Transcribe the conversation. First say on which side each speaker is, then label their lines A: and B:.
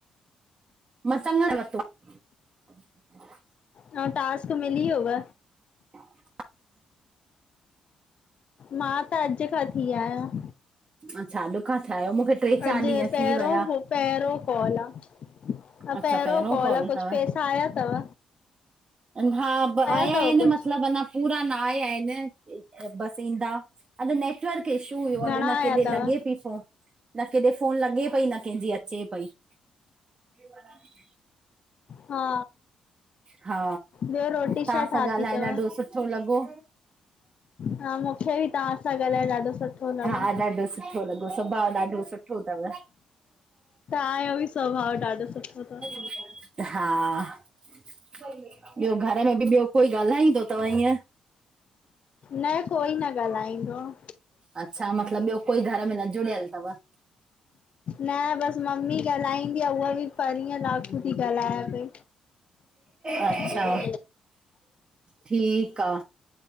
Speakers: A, on the right; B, on the left.
A: मसंग वत <inaudible>
B: नओ टास्क मिली वयुव?
A: <inaudible>
B: मां त अॼु खां थी आहियां
A: अच्छा, अॼु खा थिया आहियो मूंखे टे चारि
B: अॼु
A: ॾींहं थी
B: पहिरो
A: विया।
B: पहिरियों कॉल आ। पहिरों
A: अच्छा पहिरों
B: कॉल आ कुझ
A: तव
B: पैसा आया तव?
A: हा आया
B: अथव
A: न
B: कुझु?
A: मतिलब अञा पूरा न आया हिनि बस ईंदा अॼु नेक्स्ट नेटवर जो इछू हुयो
B: घणा
A: अॼु हुन
B: आया
A: केॾे
B: अथव?
A: लॻे पई फोन न केॾे फोन लॻे पई न कंहिंजी अचे पई। <inaudible>
B: हा,
A: हा
B: ॿियो रोटी
A: तव्हां
B: छा
A: सां
B: ठाती
A: ॻाल्हाए
B: तव?
A: ॾाढो सुठो लॻो
B: हा मूंखे बि तव्हां सां ॻाल्हाए ॾाढो सुठो लॻो।
A: हा ॾाढो सुठो सुठो लॻो स्वभाव ॾाढो सुठो तव।
B: तहाँजो बि स्वभाव ॾाढो सुठो तव।
A: हा ॿियो घर में बि ॿियो कोई ॻाल्हाईंदो तव ईअं
B: न कोई न ॻाल्हाईंदो आ।
A: अच्छा मतलब ॿियो कोई घर में न जुड़ियल तव।
B: न बसि ममी ॻाल्हाईंदी आ उहा बि परीयं लाकू थी ॻाल्हाए पई।
A: अच्छा,
B: ॿियो?
A: ठीकु आ।